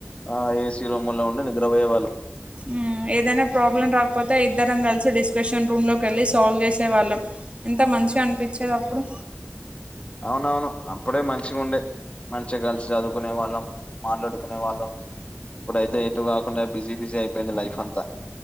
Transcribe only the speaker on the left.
ఆ ఏసి రూములో ఉండి నిద్రపోయే వాళ్ళు
అవునవును అప్పుడే మంచిగుండే మంచిగా గలిసి చదువుకునే వాళ్ళం మాట్లాడుకునే వాళ్ళం ఇప్పుడైతే ఎటు కాకుండా బిజీ బిజీ అయిపోయింది లైఫ్ అంతా